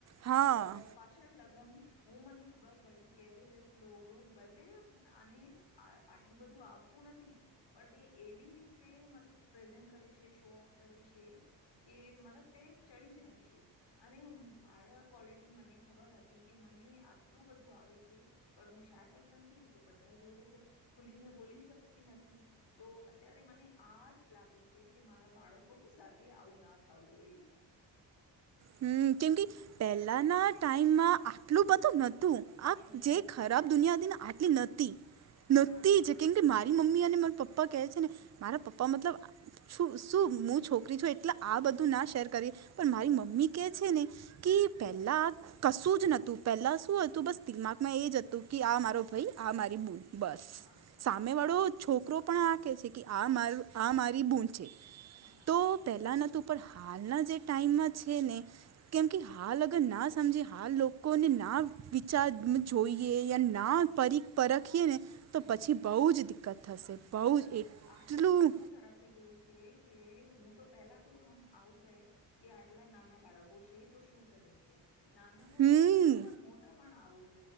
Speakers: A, on the right; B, on the left.
A: હા
B: મલ પા લગન હું મને ખબર પડી કેવી રીત ભલે અને આ આટલું બધું આવતું નથી. પણ તે એવી રીતે મતબ પ્રેઝન્ટ કરે છે શો ઓફ કરે છે. કે મલબ તે ચડી જાયશે. અને મારા ક્વોલિટી મને ખબર હતી કે મને આટલું બધું આવે છે. પણ હું શાય પર્સંદ થી તો બધા જોડે ખુલીને બોલી શકતી નથી. તો અત્યારે મને આ જ લાગે છે કે મારા બાળકો સાથે આવું ના થવું જોઈએ.
A: હમ કેમ કે પહેલાના ટાઈમમાં આટલું બધું નતું આ
B: હમ
A: જે ખ રા દુનિયા આટલી નતી નતીજ
B: ના ના આટલી
A: કેમ કે મારી
B: નથી
A: મમ્મી અને મા પપ્પા પપ્પા કહે છે ને મારા પપ્પા મતલબ ું શું હું છોકરી છું એટલે આ બધું ના શેર કરીએ પણ મારી
B: હમ
A: મમ્મી કે છે ને કે પહેલા કશું જ નતું પહેલા શું હતું બસ દિમાગમાં એ જ હતું કે આ મારો ભાઈ આ મારી બૂન બસ
B: હા
A: સામે
B: આવતો
A: વાળો
B: હતો
A: છોકરો પણ આખે છે કે આ મા આ મારી બૂન છે
B: હા
A: તો પહેલાંના તો પણ હાલના જે ટાઈમમાં છે ને કેમ કે હાલ અગર ના સમજી હાલ લોકોને ના વિચાર જોઈએ યા ના પરિ પરખીએ ને તો
B: હમ
A: પછી બહુ જ દિક્કત થશે બહુ
B: બઉ જગત
A: જ એટલું
B: આટલું બધલું ખરાબ થઈ ગયું છે કે હું તો પેલા તો હમ આવું ગહે કે આટલા નાના બાળકો છે તો શું કરે છે. નાનકો
A: હમ
B: તો છેડો પણ મોટા પણ આવું